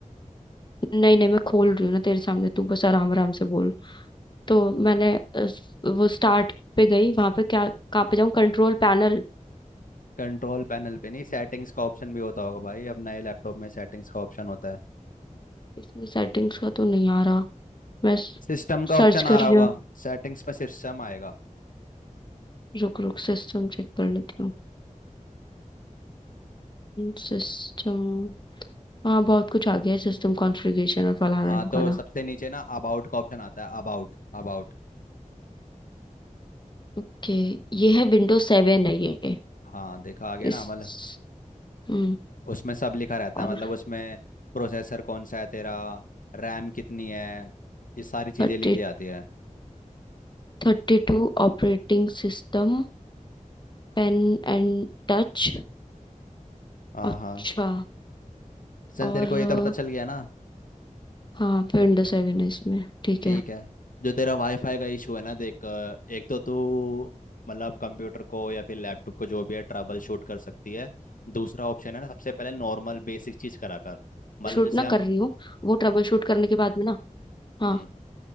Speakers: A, on the left; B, on the left.
A: नहीं नहीं मैं खोल रही हूँ ना तेरे सामने तू बस आराम आराम से बोल तो मैंने अ, वो स्टार्ट पे गई वहां पे क्या कहाँ पे जाऊँ Control panel
B: कंट्रोल पैनल पे नहीं सेटिंग्स का ऑप्शन भी होता होगा भाई अब नए लैपटॉप में सेटिंग्स का ऑप्शन होता है
A: इसमें सेटिंग्स का तो नहीं आ रहा मैं
B: सिस्टम का
A: सर्च
B: ऑप्शन आ
A: कर
B: रहा
A: रही
B: होगा
A: हूँ
B: सेटिंग्स में सिस्टम आएगा
A: रुक रुक सिस्टम चेक कर लेती हूँ सिस्टम हाँ बहुत कुछ आ गया है सिस्टम कॉन्फ़िगरेशन और फलाना
B: हाँ
A: ढिमकाना
B: तो सबसे नीचे ना अबाउट का ऑप्शन आता है अबाउट अबाउट
A: ओके ये है विंडोज सेवन है ये
B: हाँ देखा आ गया
A: इस
B: ना मतलब
A: हम्म
B: उसमें सब लिखा रहता
A: और
B: है मतलब उसमें प्रोसेसर कौन सा है तेरा रैम कितनी है ये सारी चीज़ें
A: thirty
B: लिखी आती है
A: thirty two operating system pen and touch
B: हाँ
A: अच्छा
B: हाँ चल
A: और
B: तेरे को ये तो पता चल गया ना
A: हाँ विंडोज सेवन है इसमें ठीक
B: ठीक
A: है
B: है जो तेरा वाईफाई का इशू है ना देख अ, एक तो तू मतलब कंप्यूटर को या फिर लैपटॉप को जो भी है ट्रबल शूट कर सकती है दूसरा ऑप्शन है ना सबसे पहले नॉर्मल बेसिक चीज़ करा कर मतलब
A: शूट
B: जैसे
A: ना
B: हम
A: कर रही हूँ वो ट्रबल शूट करने के बाद में ना हाँ
B: हम्म